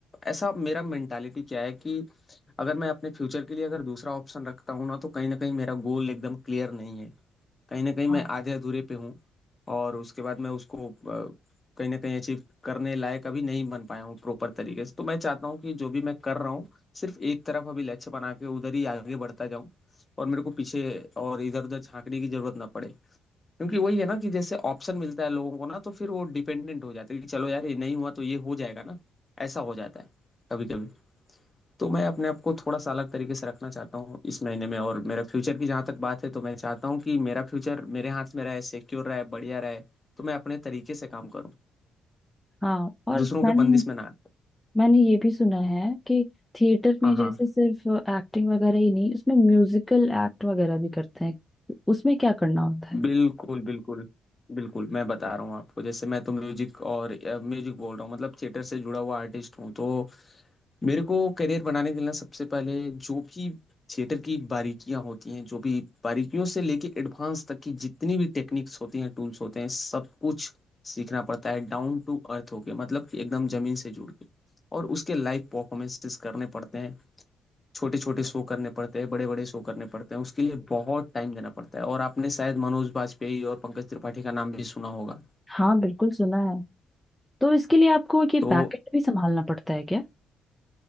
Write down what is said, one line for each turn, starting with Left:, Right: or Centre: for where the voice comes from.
Left: ऐसा मेरा मेंटालिटी क्या है कि अगर मैं अपने फ्यूचर के लिए अगर दूसरा ऑप्शन रखता हूँ ना तो कहीं ना कहीं मेरा गोल एकदम क्लियर नहीं है कहीं ना
Centre: हैं
Left: कहीं मैं
Centre: हाँ
Left: आधे अधूरे पे हूँ और उसके बाद मैं उसको अ, कहीं ना कहीं अचीव करने लायक अभी नहीं बन पाया हूँ प्रॉपर तरीके से तो मैं चाहता हूँ कि जो भी मैं कर रहा हूँ सिर्फ एक तरफ अभी लक्ष्य बना के उधर ही आगे बढ़ता जाऊँ और मेरे को पीछे और इधर उधर झांकने की जरूरत ना पड़े क्योंकि वही है ना कि जैसे ऑप्शन मिलता है लोगों को ना तो फिर वो डिपेंडेंट हो जाते हैं कि चलो यार ये नहीं हुआ तो ये हो जाएगा ना ऐसा हो जाता है कभी कभी तो मैं अपने आप को थोड़ा सा अलग तरीके से रखना चाहता हूँ इस महीने में और मेरा फ्यूचर की जहाँ तक बात है तो मैं चाहता हूँ कि मेरा फ्यूचर मेरे हाथ में रहे सिक्योर रहे बढ़िया रहे तो मैं अपने तरीके से काम करूँ
Centre: हाँ और
Left: दूसरों
Centre: मैंने
Left: के बंदिश में ना आए।
Centre: मैंने ये भी सुना है कि थिएटर में
Left: हाँ
Centre: जैसे
Left: हाँ
Centre: सिर्फ एक्टिंग वगैरह ही नहीं उसमें म्यूजिकल एक्ट वगैरह भी करते हैं उसमें क्या करना होता है
Left: बिल्कुल बिल्कुल बिल्कुल मैं बता रहा हूँ आपको जैसे मैं तो म्यूजिक और म्यूजिक बोल रहा हूँ मतलब थिएटर से जुड़ा हुआ आर्टिस्ट हूँ तो मेरे को करियर बनाने के लिए सबसे पहले जो भी थिएटर की बारीकियां होती हैं जो भी बारीकियों से लेके एडवांस तक की जितनी भी टेक्निक्स होती हैं टूल्स होते हैं सब कुछ सीखना पड़ता है डाउन टू अर्थ होके मतलब कि एकदम जमीन से जुड़ के और उसके लाइव परफॉर्मेंसेस करने पड़ते हैं छोटे छोटे शो करने पड़ते हैं बड़े बड़े शो करने पड़ते हैं उसके लिए बहुत टाइम देना पड़ता है और आपने शायद मनोज बाजपेयी और पंकज त्रिपाठी का नाम भी सुना होगा
Centre: हाँ बिल्कुल सुना है तो इसके लिए आपको ये
Left: तो
Centre: बैकएंड भी संभालना पड़ता है क्या